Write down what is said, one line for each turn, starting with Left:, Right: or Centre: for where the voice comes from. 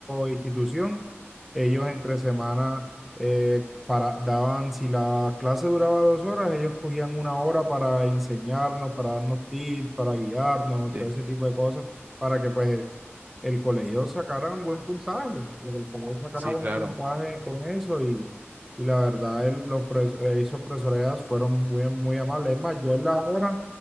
Centre: institución, ellos entre semana... eh, para, daban, si la clase duraba dos horas, ellos cogían una hora para enseñarnos, para darnos tips, para guiarnos,
Right: Sí,
Centre: todo ese tipo de cosas, para que pues el colegio sacara un buen puntaje, para que el colegio sacara
Right: sí,
Centre: buen
Right: claro.
Centre: puntaje con eso y, y la verdad, el- los pres- eh, esos profesores fueron muy, muy amables. Es más, yo en la hora